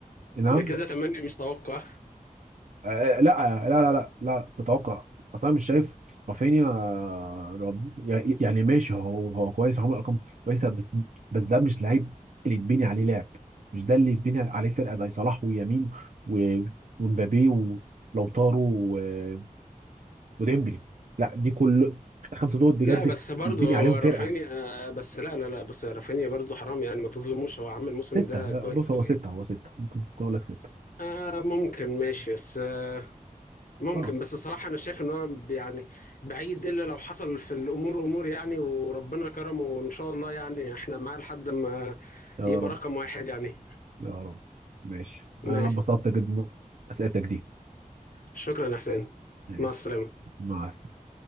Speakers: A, on the right; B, on the left.
A: نعم
B: ده كده تمني مش توقع
A: آه، آه، لا آه، لا لا لا لا تتوقع اصل انا مش شايف رافينيا آه، رب- يع- يعني ماشي هو هو كويس وعمل ارقام كويسه بس بس ده مش لعيب اللي يتبني عليه لعب مش ده اللي يتبني عليه فرقه زي صلاح ويمين و- ومبابي ولوتارو و- وديمبلي لا دي كل الخمسه دول بجد
B: لا بس برضه
A: يتبني عليهم فرقه
B: رافينيا بس لا لا لا بس رافينيا برضه حرام يعني ما تظلموش هو عامل الموسم
A: سته
B: ده كويس
A: آه، بص
B: قوي
A: هو سته هو سته ممكن ممكن اقول لك سته
B: آه ممكن ماشي بس آه ممكن
A: خلاص
B: بس الصراحة أنا شايف إن هو ب- يعني بعيد إلا لو حصل في الأمور أمور يعني وربنا كرمه وإن شاء الله يعني إحنا معاه لحد ما
A: يا
B: يبقى
A: رب
B: رقم واحد يعني
A: يا رب ماشي
B: ماشي
A: انا انبسطت جدا بأسئلتك دي
B: شكرا يا حسين
A: ماشي
B: مع السلامة
A: مع السلامة